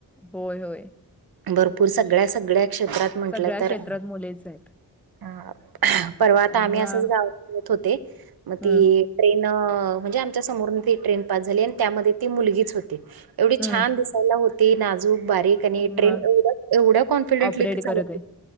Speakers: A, in the centre; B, on the right (about 70°).
A: होय होय.
B: भरपूर सगळ्या सगळ्या क्षेत्रात. म्हटलं
A: सगळ्या
B: तर
A: क्षेत्रात मुलीच आहेत.
B: हा परवा आता
A: त्यामुळं
B: आम्ही असंच गावातत होते मग
A: हं.
B: ती. ट्रेन म्हणजे आमच्या समोर त ट्रेन पास झाली आणि त्यामध्ये ती मुलगीच होती एवढी
A: हं.
B: छान दि''--'' सायला होती नाजूक बारीक आणि. ट्रेन
A: मग
B: एवढ एवढ्या कॉन्फिडेंटलीथ
A: ऑपरेट
B: ती चालव
A: करत आहे.
B: होती